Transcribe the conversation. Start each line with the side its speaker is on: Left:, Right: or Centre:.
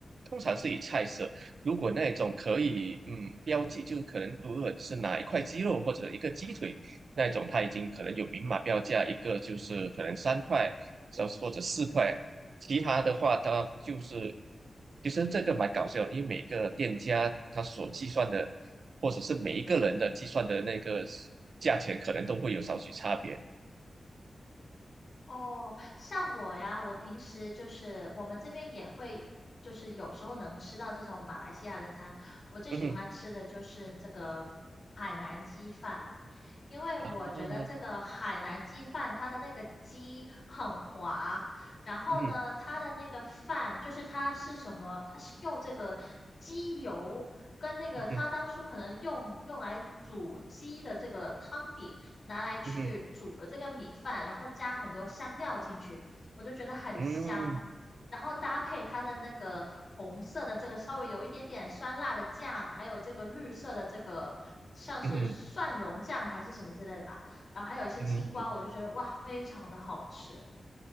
Right: 通常是以菜色，如果那种可以嗯标记，就可能如果是哪一块鸡肉或者一个鸡腿那种，它已经可能有明码标价，一个就是可能三块，或或者四块，其他的话它就是其实这个蛮搞笑的因为每个店家他所计算的，或者是每一个人的计算的那个价钱，可能都会有少许差别。
Left: 哦，像我呀，我平时就是我们这边也会，就是有时候能吃到这种马来西亚的餐。我最喜欢吃的就是这个海南鸡饭，
Right: 嗯哼
Left: 因为我觉得这个海南鸡饭它的那个鸡很滑，
Right: 啊，嗯
Left: 然后呢，
Right: 哼
Left: 它的那个饭就是它是什么，它是用这个鸡油跟那个它当初可能用用来煮鸡的这个汤底。
Right: 嗯哼
Left: 拿来去煮了这个米饭，
Right: 嗯哼
Left: 然后加很多香料进去，我就觉得很香。
Right: 嗯哼
Left: 然后搭配它的那个红色的这个稍微有一点点酸辣的酱，还有这个绿色的这个像是蒜蓉酱还是什么之类的吧，
Right: 嗯哼
Left: 然后还有一些青瓜，
Right: 嗯哼。
Left: 我就觉得哇，非常的好吃。